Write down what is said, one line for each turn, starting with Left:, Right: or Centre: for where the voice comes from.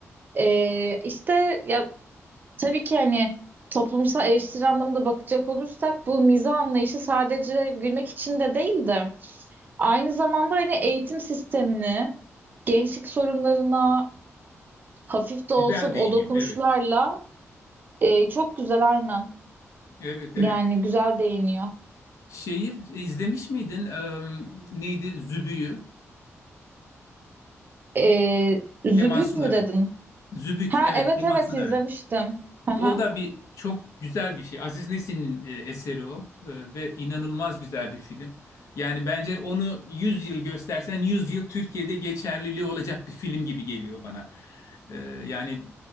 Right: Ee, işte ya Tabii ki hani toplumsal eleştiri anlamında bakacak olursak bu mizah anlayışı sadece gülmek için de değil de aynı zamanda hani eğitim sistemini gençlik sorunlarına hafif de olsa
Left: Güzel
Right: o
Left: değiniyor.
Right: dokunuşlarla
Left: Evet.
Right: e, çok güzel aynen
Left: Evet,
Right: yani
Left: evet.
Right: güzel değiniyor.
Left: Şeyi izlemiş miydin? Eee, neydi? Zübüyü.
Right: E, Zübük
Left: Kemal Sunar'ın.
Right: mü dedin?
Left: Zübük.
Right: Ha
Left: Evet,
Right: evet
Left: Kemal
Right: evet
Left: Sunar'ın.
Right: izlemiştim. Hı hı,
Left: O da bir çok güzel bir şey. Aziz Nesin'in e, eseri o E, ve inanılmaz güzel bir film. Yani bence onu 100 yıl göstersen 100 yıl Türkiye'de geçerliliği olacak bir film gibi geliyor bana. E, yani